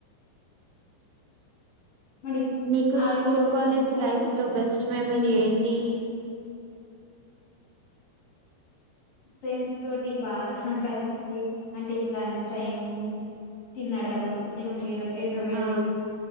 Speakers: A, on the left; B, on the right.
A: మరి
B: మీకు
A: ఆలు
B: స్కూల్
A: తోటి
B: కాలేజ్
A: తింటారా
B: లైఫ్ లో బెస్ట్ మెమరీ ఏంటి
A: ఫ్రెండ్స్ తోటి బాగా కలిసి అంటె ఇప్పుడు లంచ్ టైమ్ తినడం లేకుంటే ఎదొ ఎంట్రోబేల్
B: ఆ